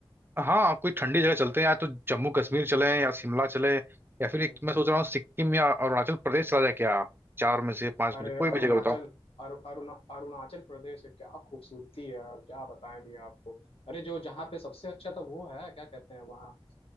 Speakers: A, on the right; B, on the left.
A: हाँ कोई ठंडी जगह चलते हैं या तो जम्मू कश्मीर चले या शिमला चले या फिर
B: हम्म,
A: एक मैं सोच रहा हूँ सिक्किम या अरुणाचल प्रदेश चला जाए क्या चार में से पांच
B: अरे
A: में से कोई भी
B: अरुणाचल
A: जगह बताओ
B: अरु, अरुणा अरुणाचल प्रदेश है क्या खूबसूरती है और क्या बताएं भैया आपको अरे जो जहाँ पे सबसे अच्छा था वो है क्या कहते हैं वहाँ